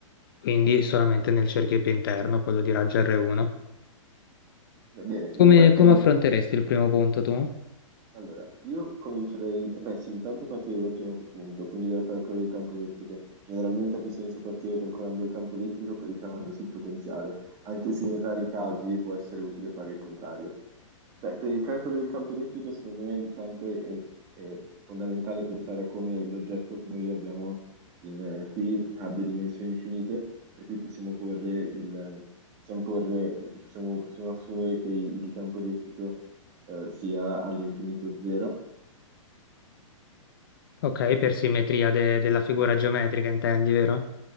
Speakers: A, on the left; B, on the right.
A: quindi solamente nel cerchio più interno, quello di raggio R1.
B: Va bene,
A: Come,
B: io partirei
A: come affronteresti
B: <laughs>
A: il primo punto tu?
B: Allora, io comincio dai... Beh sì, intanto partirei dal primo punto, quindi dal calcolo del campo elettrico. Generalmente ha più senso partire calcolando il campo elettrico e poi ricavandosi il potenziale, anche se in rari casi può essere utile fare il contrario. Beh, per il calcolo del campo elettrico, secondo me intanto è, è fondamentale pensare a come l'oggetto che noi abbiamo in- eh, qui abbia dimensioni finite, per cui possiamo porre il... ehm, Possiamo, porre- possiamo possiamo assumere che il campo elettrico eh, sia all'infinito zero,
A: Ok, per simmetria de- della figura geometrica intendi, vero?